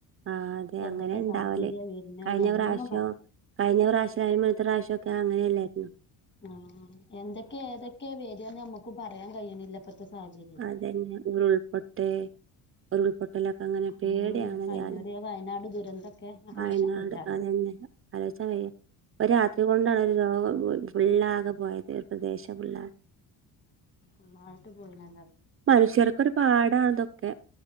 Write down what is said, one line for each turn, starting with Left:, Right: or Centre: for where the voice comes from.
Right: ആഹ് അതെ
Left: എന്തെക്കെ
Right: അങ്ങനെ ഇണ്ടാവല്
Left: സാഹചര്യ വര്ന്ന്
Right: കഴിഞ്ഞ
Left: ഒന്നും
Right: പ്രാവശ്യം
Left: പറയാ
Right: കഴിഞ്ഞ പ്രാവ്ശ്യം അയിന് മുന്നത്തെ പ്രാവ്ശ്യം ഒക്കെ അങ്ങനെല്ലായിരുന്നൊ
Left: ആഹ് എന്തെക്കെ ഏതെക്കേ വരാന്ന് അമ്മക്ക് പറയാൻ കഴിയിണില്ലപ്പത്തെ സാഹചര്യം
Right: അതന്നെ ഉരുൾപൊട്ടെ ഉരുൾപൊ ട്ടലൊക്കെ അങ്ങനെ പേടിയാണ്
Left: ഉം കഴിഞ്ഞൂറി
Right: യാലും
Left: വയനാട് ദുരന്തൊക്കെ ആലോചിച്ചാ
Right: വയനാട്
Left: വയ്യാ
Right: അതന്നെ ആലോചാം വയ്യ ഒര് രാത്രി കൊണ്ടാണ് ഒരു ലോകം ഫുള്ളാകെ പോയത് പ്രദേശം ഫുള്ളാകെ
Left: ഒന്നായിട്ട് പോയിണല്ലോ അത്
Right: മനുഷ്യർക്കൊരു പാടാണ് ഇതൊക്കെ